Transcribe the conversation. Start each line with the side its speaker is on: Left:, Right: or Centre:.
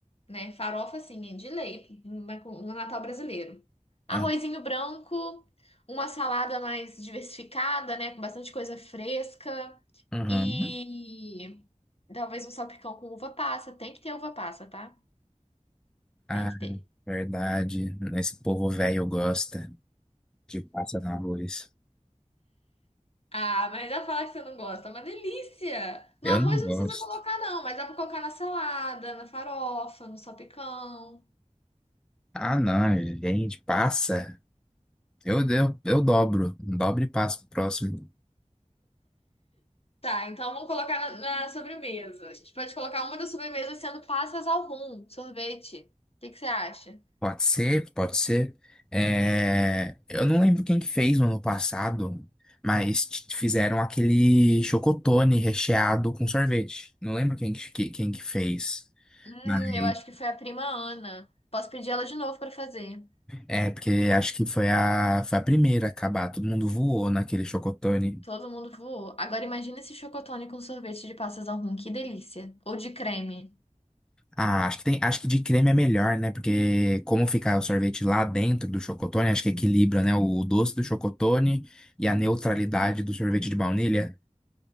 Left: né? Farofa, assim, de lei, uma co- no Natal brasileiro. Arrozinho
Centre: ah,
Left: branco, uma salada mais diversificada, né? Com bastante coisa fresca.
Centre: aham.
Left: E talvez um salpicão com uva passa. Tem que ter uva passa, tá?
Centre: Ah,
Left: Tem que ter.
Centre: verdade. Esse povo velho gosta de passa no arroz.
Left: Ah, mas dá pra falar que você não gosta. É Uma delícia! No
Centre: Eu
Left: arroz
Centre: não gosto.
Left: não precisa colocar, não, mas dá pra colocar na salada, na farofa, no salpicão.
Centre: Ah, não, gente, passa. Eu, eu, eu dobro. Dobro e passo pro próximo.
Left: Tá, então vamos colocar na, na sobremesa. A gente pode colocar uma das sobremesas sendo passas ao rum, sorvete. O que que você acha?
Centre: Pode ser, pode ser. É, eu não lembro quem que fez no ano passado, mas t- fizeram aquele chocotone recheado com sorvete. Não lembro quem que, que- quem que fez,
Left: Hum,
Centre: mas
Left: eu acho que foi a prima Ana. Posso pedir ela de novo pra fazer.
Centre: é porque acho que foi a, foi a primeira a acabar. Todo mundo voou naquele chocotone.
Left: Todo mundo voou. Agora imagina esse chocotone com sorvete de passas ao rum, que delícia. Ou de creme.
Centre: Ah, acho que tem, acho que de creme é melhor, né? Porque como fica o sorvete lá dentro do chocotone, acho que equilibra, né? O doce do chocotone e a neutralidade do sorvete de baunilha.